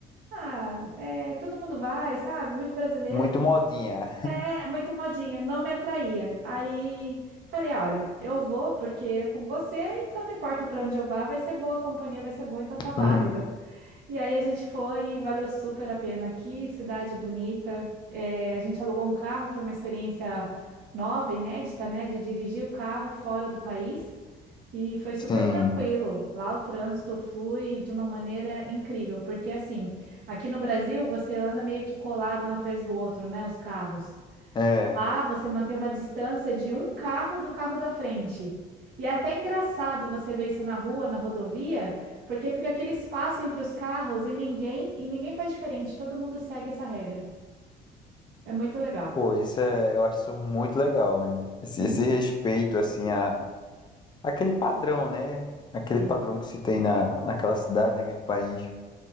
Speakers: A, on the right; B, on the left.
A: Ah, é, todo mundo vai, sabe? Muito brasileiro.
B: Muito modinha.
A: É, muito modinha. Não me atraía. Aí falei: "Ah, olha, eu vou porque é com você, então não importa para onde eu vá, vai ser boa a companhia, vai ser boa, então tá válido.
B: <laughs>
A: E aí a gente foi e valeu super a pena. aqui, cidade bonita. É, a gente alugou um carro, foi uma experiência nova, inédita, né? De dirigir o carro fora do país. E foi super
B: Sim,
A: tranquilo. Lá o trânsito flui de uma maneira incrível, porque assim, aqui no Brasil você anda meio que colado um atrás do outro, né? Os carros.
B: é.
A: Lá você mantém uma distância de um carro do carro da frente. E é até engraçado você ver isso na rua, na rodovia, porque fica aquele espaço entre os carros e ninguém e ninguém faz diferente. Todo mundo segue essa regra. É muito legal.
B: Pô, isso é, eu acho isso muito legal, né? Esse,
A: Sim.
B: esse respeito, É, assim, a, aquele padrão, né? Aquele
A: Sim.
B: padrão que se tem na, naquela cidade, naquele país.